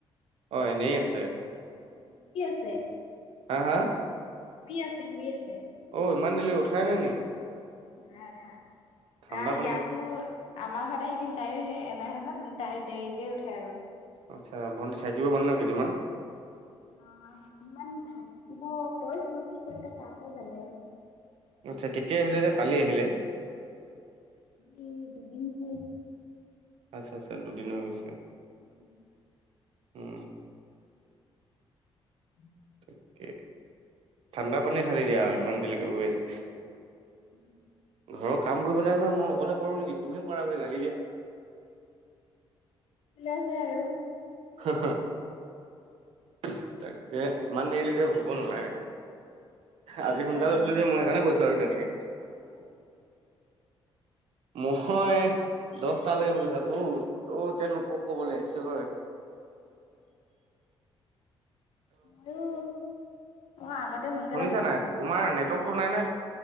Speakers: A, on the right; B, on the left.
A: অ! এনেই আছে।
B: শুই আছে।
A: হা-হা!
B: শুই আছে, শুই আছে।
A: অঁ! ইমান দেৰিলেকে উঠাই নাই নি?
B: নাই উঠা।
A: ঠাণ্ডা
B: তাৰ
A: পানী
B: ইয়াতো আমাৰ ঘৰত আহি কিনি তাইও সেই এনাই হেঁতেৰ ঘৰত মানে তাই দেৰিকে উঠে আৰু।
A: আচ্ছা! ভণ্টি থাকিব মানে ন কেইদিনমান?
B: অঁ! দুদিনমান থাকিব কৈছোঁ কি কৰে এতিয়া তাইহে জানে।
A: আচ্ছা! কেতিয়া আহিলে যে কালি আহিলে?
B: উম! দুদিন হ'ল।
A: আচ্ছা-আচ্ছা, দুদিন হৈ গৈছে।
B: উম!
A: উম!
B: উম!
A: ঠিকে। <inaudible> ঠাণ্ডা পানী ঢালি দিয়া আৰু ইমান দেৰিলৈকে শুই আছে।
B: উম! হুম।
A: ঘৰৰ কাম কৰিব লাগে নহয় মই অকলে কৰোঁ নেকি তুমি কৰা বুলি গালি দিয়া।
B: বিলাইছে আৰু।
A: <inaudible> <unintelligible> তাকে ইমান দেৰিলৈকে শুব নালাগে। আজি
B: লাগে
A: সোনকালে
B: বাৰু
A: উঠিলো
B: উম
A: যে মই সেইকাৰণে কৈছো আৰু তেনেকে।
B: <inaudible>
A: ম‌ই দহটালৈকে শুই থাকোঁ, ত এতিয়া নোক কবলে আহিছে হয়। <inaudible>
B: মইয়ো, অঁ আগতে সোনকালে
A: শুনিছা
B: উঠিছিলোঁ
A: নাই তোমাৰ
B: অঁ।
A: নেটৱৰ্কটো নাই নে